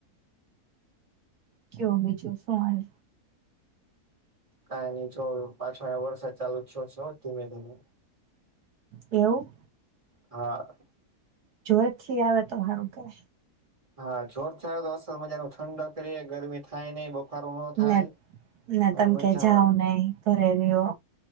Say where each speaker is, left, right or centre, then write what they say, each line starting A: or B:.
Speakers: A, on the right (about 75°); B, on the right (about 20°).
A: કયો બીજું સુ હાલ.
B: કાય ની જો પાછો આયો વરસાત ચાલુ છો છો ધીમે ધીમે.
A: એવું.
B: હા
A: જોર થી આવે તો હારું કરે.
B: હા જોર થાર તો અસર મજા ન ઠંડ કરીએ ગરમી થાય નઈ. બફારો ન થાય
A: ને ને
B: અને
A: તમ
B: મજા
A: કે જાવ
B: આવે
A: નહી ઘરે રેવો.